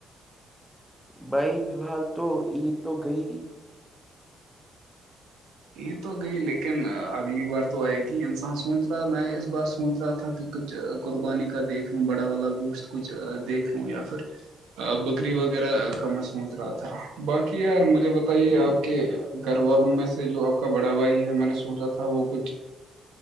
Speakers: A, in the centre; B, on the right.
A: بھائی فی الحال تو عید تو گئی
B: یہ تو گئی لیکن اگلی بار تو آئے گی انسان سوچ رہا میں اس بار سوچ رہا تھا کہ کچھ قربانی کا دیکھ لوں بڑا والا گوشت کچھ دیکھ لوں یا پھر بکری وغیرہ کامسمچ رہا تھا باقی یار مجھے بتائیے آپ کہ گھر والوں میں سے جو آپ کا بڑا بھائی ہے میں نے سوچا تھا وہ کچھ